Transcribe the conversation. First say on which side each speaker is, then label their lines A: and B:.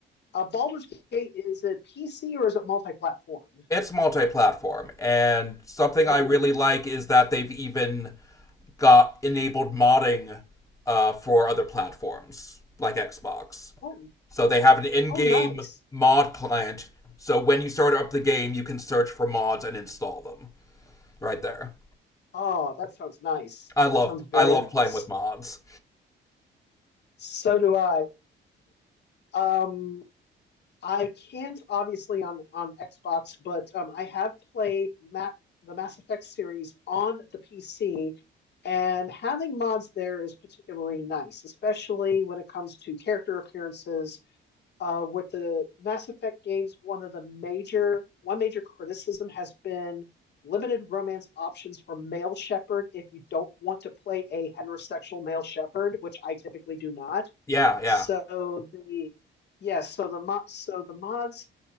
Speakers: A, on the left; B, on the left.
A: Uh, Baldur's Gate is it PC or is it multi-platform?
B: It's multi-platform, and something
A: Oh,
B: I really like is that they've even got enabled modding uh, for other platforms like Xbox.
A: oh,
B: So they have an in-game
A: oh, nice.
B: mod client. So when you start up the game, you can search for mods and install them right there.
A: Oh, that sounds nice.
B: I love
A: That sounds very
B: I love
A: nice.
B: playing with mods.
A: So do I. Um, I can't obviously on on Xbox, but um, I have played Ma- the Mass Effect series on the PC, and having mods there is particularly nice, especially when it comes to character appearances. Uh, with the Mass Effect games, one of the major one major criticism has been limited romance options for male Shepard. if you don't want to play a heterosexual male Shepard, which I typically do not.
B: Yeah, yeah.
A: So the yes, so the mo so the mods